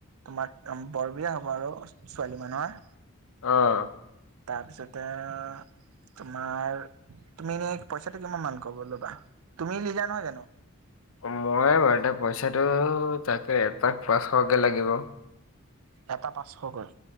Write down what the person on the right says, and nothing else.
তোমাক তম বৰ বিয়া হ'ব আৰু ছোৱালী মানুহৰ।
তাৰপিছতে এ তোমাৰ, তুমি এনেই পইচাটো কিমান মান কব ল'বা, তুমি লিডাৰ নহয় জানো?
এটা পাঁচশ কৈ